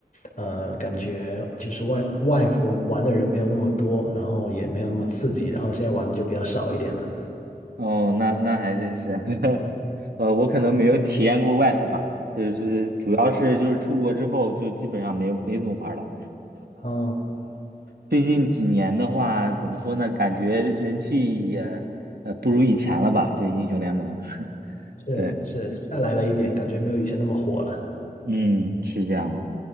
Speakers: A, on the left; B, on the right.
A: 呃，感觉就是外外服玩的人没有那么多，然后也没有那么刺激，然后现在玩的就比较少一点了。
B: 哦，那那还真是，<laughs> 呃，我可能没有体验过外服吧，就是主要是就是出国之后就基本上没有没怎么玩儿了。
A: 哦，
B: 最近几年的话，怎么说呢？感觉人气也呃不如以前了吧？这英雄联盟，<laughs>
A: 是是，
B: 对，
A: 下来了一点，感觉没有以前那么火了。
B: 嗯，是这样的。